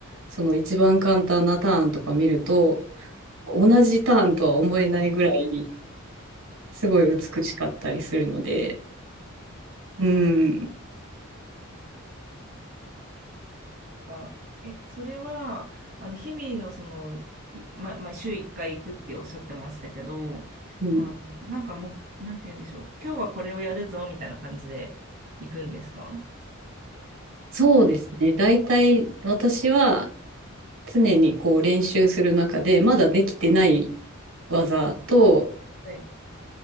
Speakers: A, on the right (about 65°); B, on the right (about 45°).
A: その一番簡単なターンとか見ると、同じターンとは思えないぐらい、
B: うん
A: すごい美しかったりするので、うん、
B: とか、え、それは、あの、日々のその、いま、まあ、週1回行くっておっしゃってましたけど、
A: うん、
B: あの、なんかもう、なんて言うんでしょう。今日はこれをやるぞ、みたいな感じで行くんですか
A: そうですね。大体私は常にこう練習する中で、まだできてない技と、
B: はい。